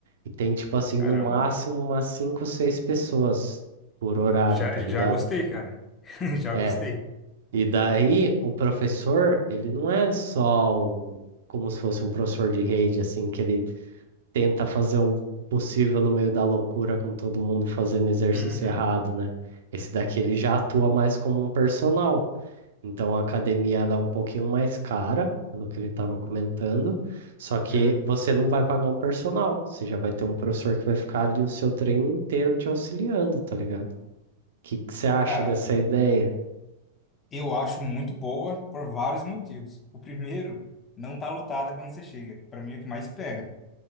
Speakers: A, on the right; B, on the left.
A: e tem, tipo assim,
B: Caramba.
A: no máximo umas 5, 6 pessoas por horário,
B: Já,
A: tá
B: já
A: ligado?
B: gostei, cara. <laughs> Já
A: É.
B: gostei.
A: E daí o professor, ele não é só um, como se fosse um professor de rede, assim, que ele tenta fazer o possível no meio da loucura com todo mundo fazendo exercício
B: Uhum.
A: errado, né? Esse daqui ele já atua mais como um personal. Então a academia ela é um pouquinho mais cara, pelo que ele estava comentando. Só que
B: É.
A: você não vai pagar um personal. Você já vai ter um professor que vai ficar ali o seu treino inteiro te auxiliando, tá ligado? O que que você acha
B: Cara,
A: dessa ideia?
B: Eu acho muito boa por vários motivos. O primeiro, não tá lotada quando você chega. Para mim é o que mais pega.